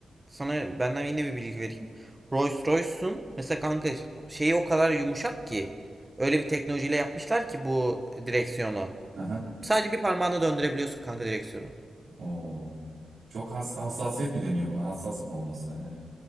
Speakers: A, on the right; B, on the right.
A: sana benden yine bir bilgi vereyim. Rolls Royce'un mesela kanka şeyi o kadar yumuşak ki öyle bir teknolojiyle yapmışlar ki bu direksiyonu.
B: Aha.
A: Sadece bir parmağına döndürebiliyorsun kanka direksiyonu.
B: Oo. Çok has- hassasiyet mi deniyor buna? Hassas mı olması yani?